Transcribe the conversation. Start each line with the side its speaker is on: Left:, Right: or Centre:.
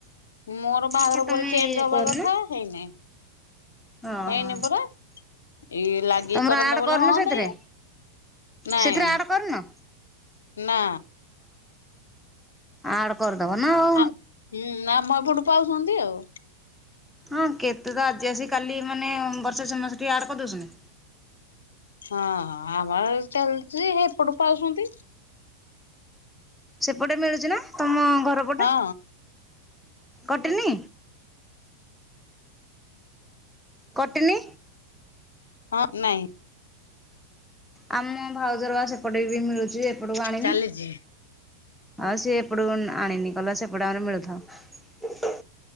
Left: ମୋର ବାହାଘର
Centre: କାଇଁ ତମେ
Left: ପରେ ଚେଞ୍ଜ
Centre: ଇଏ
Left: ହବା
Centre: କରୁନ
Left: କଥା ହେଇନି।
Centre: ଓହୋ।
Left: ହେଇନି ପରା। ଇଏ ଲାଗିକି
Centre: ତମର
Left: କରନ୍ତା
Centre: ଆଡ୍
Left: ବଲେ
Centre: କରିନ
Left: ହଅନ୍ତା
Centre: ସେଥିରେ
Left: ଇଏ। ନାଇଁ
Centre: ସେଥିରେ ଆଡ୍ କରିନ?
Left: ନା
Centre: ଆଡ କରିଦବ ନା ଆଉ।
Left: ଆଉ ହୁଁ ନା ମ ଏପଟୁ ପାଉଛନ୍ତି ଆଉ।
Centre: ହଁ କେତେ ତ ଆଜି ଆସିକି କାଲି ମାନେ ବର୍ଷେ ଛମାସ ଠି ଆଡ କରିଦଉଛନ୍ତି।
Left: ହଁ ଆମର ଚାଲିଛି ହେଇପଟୁ ପାଉଛନ୍ତି।
Centre: ସେପଟେ ମିଳୁଛି ନା ତମ ଘର ପଟେ।
Left: ହଁ
Centre: କଟିିନି କଟିନି
Left: ହଁ ନାଇଁ।
Centre: ଆମ ଭାଉଜର ବା ସେପଟେ ବି ମିଳୁଛି ଏପଟକୁ ଆଣିନି।
Left: ଚାଲିଛି
Centre: ଆଉ ସିଏ ଏପଟକୁ ଆଣିନି କହିଲା ସେପଟେ ଆମର ମିଳୁଥାଉ।